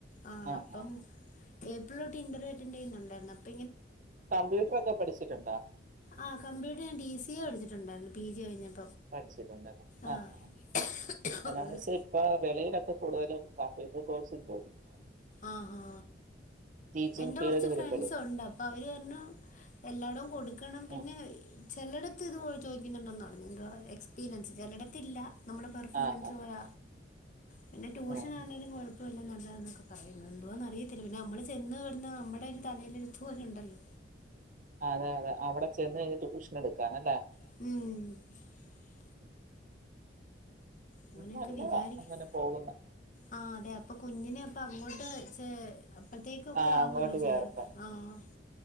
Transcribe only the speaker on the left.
ആഹ്
അപ്പം
ഏപ്രീലൊട്ട് ഇന്റർവ്യൂ അറ്റൻ്റ് ചെയുന്നുണ്ടായിരുന്നു അപ്പ
ആഹ് കമ്പ്യൂട്ടർ ഞാൻ ടി സി എ പഠിച്ചിട്ടുണ്ടായിരുന്നു പി ജി കഴിഞ്ഞപ്പോ
ആഹ്
അങ്ങനെ
ആഹ് ഹാ
എന്റെ
കുറച്ച്
ഫ്രണ്ട്സ് ഉണ്ട് അപ്പൊ അവര് പർഞ്ഞു എല്ലാടൊം കൊടുക്കണം പിന്നെ
ചെലട ത്ത് ഇത് പോഴ ചോദിക്കുന്നുണ്ടെന്ന് പറഞ്ഞു എന്തോ എക്സ്പീരിയൻസ്. ചിലടത്തില്ല നമ്മുടെ പെർഫോമൻസ്
പോല പിന്നെ ട്യൂഷനാണെങ്ലും
കുഴപ്പ വില്ല നല്ല താന്നൊക്കെ പറയുന്നു എന്തുവാന്ന് അറിയത്തില്ല പിന്നെ നമ്മള് ചെന്ന് നമ്മുടെ ഒരു തലേലെഴുത്ത് പോലെ ഉണ്ടല്ലോ
ഉമ്
അങ്ങനെയൊക്കെ
വിചാരിക്കും
ആ അതെ അപ്പൊ കുഞ്ഞിനെ അപ്പ അങ്ങോട്ട് അപ്പഴ്ത്തേക്കൊക്കെ
ആവല്ലോ
ചേർ ആഹ്